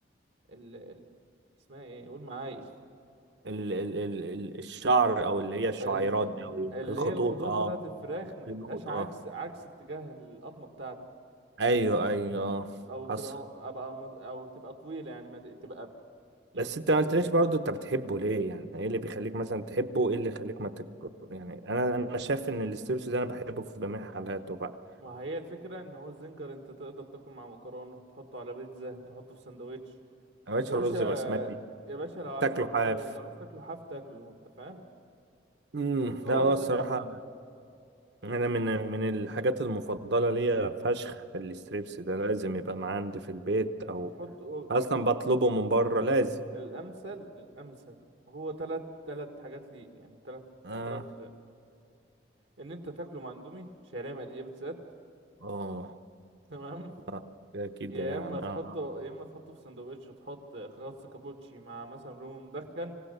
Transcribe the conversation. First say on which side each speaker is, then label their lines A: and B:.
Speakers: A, on the right; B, on the right.
A: ال, ال... اسمها ايه قول معايا
B: ال ال ال ال- الشعر او اللي هي الشعيرات
A: الخ-
B: دي او إيه؟
A: اللي
B: الخطوط
A: هي الخطوط
B: اه
A: بتاعت الفراخ
B: الخيوط
A: ما تبقاش عكس
B: اه
A: عكس اتجاه القطمه بتاعتك
B: ايوه ايوه اه
A: او تبقى
B: حصل
A: ابقى مض- او تبقى طويله يعني ما ت- تبقى يعني
B: بس انت ما قلتليش برضه انت بتحبه ليه يعني ايه اللي بيخليك مثلا تحبه ايه اللي يخليك ما تك... يعني انا انا شايف ان الاستريبس ده انا بحبه في جميع حالاته بقى
A: ما هي الفكره ان هو الزنجر انت تقدر تاكله مع مكرونه تحطه على بيتزا تحطه في سندوتش
B: ما بقتش
A: يا
B: رز
A: باشا
B: بسمتي
A: يا باشا لو عايز
B: تاكله
A: تاكله
B: حاف
A: لو عايز تاكله حاف تاكله انت فاهم
B: امم
A: فهو
B: لا هو
A: لطيف
B: الصراحه انا
A: مم.
B: من من الحاجات المفضله ليا فشخ الستريبس ده لازم يبقى معاه
A: و-
B: عندي في البيت او
A: وتحط و-
B: اصلا
A: بص
B: بطلبه من بره لازم
A: الامثل الامثل هو تلات تلات حاجات لي يعني تلات
B: اه
A: تلات ان انت تاكله مع اندومي شعريه مقليه بالذات
B: اه
A: تمام
B: آه، كده كده
A: يا
B: يعني
A: اما تحطه
B: اه
A: يا اما تحطه في سندوتش وتحط خس كابوتشي مع مثلا رومي مدخن